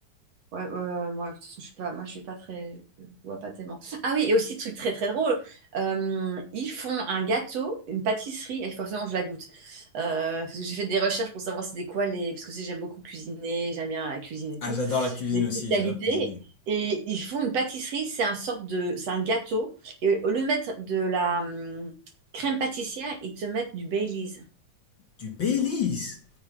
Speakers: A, on the right; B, on the left.
A: Ouais, ouais, ouais, moi, de toute façon, je suis pas, moi, je suis pas très, je vois pas tellement. Ah oui, et aussi, truc très, très drôle, euh, ils font un gâteau, une pâtisserie, et il faut absolument que je la goûte. Euh, parce que j'ai fait des recherches pour savoir c'était quoi les, parce que aussi, j'aime beaucoup cuisiner, j'aime bien la cuisine et tout,
B: Ah, j'adore la cuisine
A: les spécialités.
B: aussi, j'adore cuisiner.
A: Et ils font une pâtisserie, c'est un sorte de, c'est un gâteau, et au lieu de mettre de la hum, crème pâtissière, ils te mettent du Baileys.
B: Du Baileys?